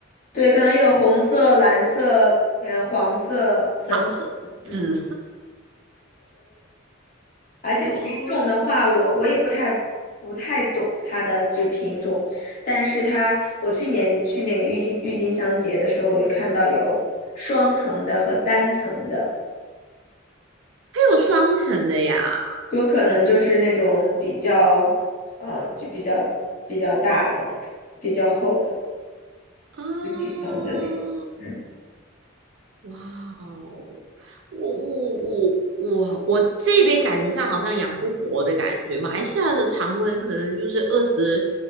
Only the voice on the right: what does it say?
黄色、
紫
哦，
还有双层的呀。
嗯，
哇哦，我我我我我这边感觉上好像养不活的感觉，马来西亚的常温可能就是二十